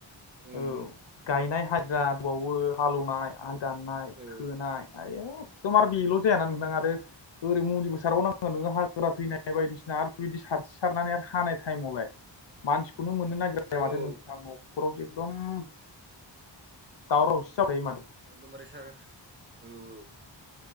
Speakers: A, on the right; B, on the left.
A: उम
B: औ
A: उम
B: गायनाय हाजिरा दं बावो हालेवनाय दाननाय
A: औ
B: खोनाय एखदम आरो बेल जायाना नोंथां आरो ओरै मुलिबो सारबावनांगोन नोङो हागा थैनाय बायदिसिना आरो बिदि सारसि सारनानै आरो हानाय टाइमावलाय मानसिखौनो मोननो नागिरा जाया
A: औ
B: माथो नोंथां नखरावसो एकदम दावराव दावसि जाबाय थायो माथो
A: एखदमबारे सार औ औ